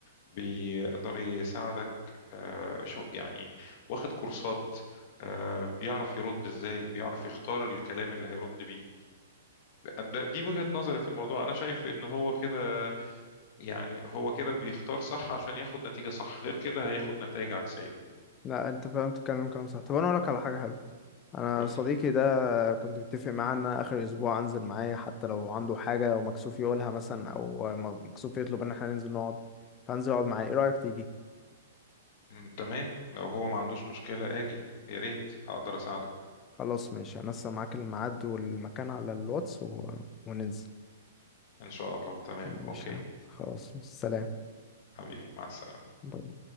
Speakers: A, on the left; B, on the left.
A: بيقدر يساعدك آه، شو يعني واخد كورسات آه، بيعرف يرد ازاي بيعرف يختار الكلام اللي هيرد بيه ده- دي وجهة نظري في الموضوع انا شايف ان هو كده يعني هو كده بيختار صح عشان ياخد نتيجة صح غير كده هياخد نتائج عكسية
B: لا انت فهمت الكلام كلام صح طب انا اقول لك على حاجة حلوة انا
A: قول
B: صديقي
A: لي
B: ده كنت متفق معاه ان أنا اخر اسبوع انزل معاه حتى لو عنده حاجة ومكسوف يقولها مثلا او مكسوف يطلب ان احنا ننزل نقعد فانزل اقعد معاه ايه رأيك تيجي
A: مم، تمام لو هو ما عندوش مشكلة اجي يا ريت اقدر اساعده
B: خلاص ماشي هنسق معاك الميعاد والمكان على الواتس و... وننزل
A: إن شاء الله تمام
B: ماشي
A: أوكي
B: يا أحمد. خلاص سلام
A: حبيبي مع السلامة
B: باي باي.